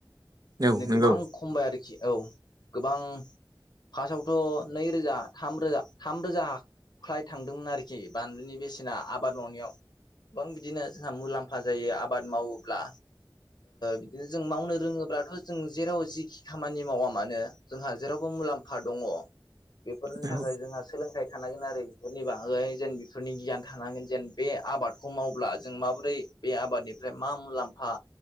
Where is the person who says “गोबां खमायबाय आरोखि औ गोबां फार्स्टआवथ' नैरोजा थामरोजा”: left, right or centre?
Left